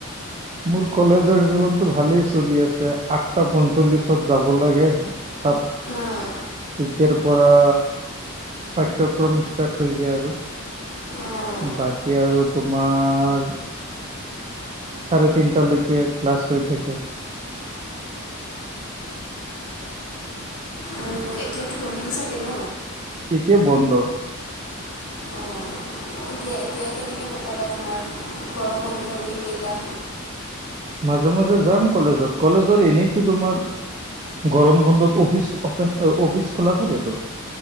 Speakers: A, on the right (about 30°); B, on the left (about 75°).
A: মোৰ কলেজৰ জীৱনতটো ভালেই চলি আছে আঠটা পঞ্চল্লিশত যাব লাগে। তাত
B: অঁ
A: তেতিয়াৰ পৰা পাঠ্যক্ৰম ষ্টাৰ্ট হৈ যায় আৰু
B: অঁ
A: বাকী আৰু তোমাৰ চাৰে তিনটালৈকে ক্লাছ হৈ থাকে।
B: আৰু এতিয়াতো বন্ধ চাগে ন?
A: এতিয়া বন্ধ।
B: অঁ এতিয়া এতিয়া কেনেকে কতাবা তোমাৰ গৰম বন্ধুৰ দিন কেইটা?
A: মাজে মাজে যাম কলেজত কলেজৰ এনেইতো তোমাৰ গৰম বন্ধত অফিচ অপেন অফিচ খোলা থাকেত।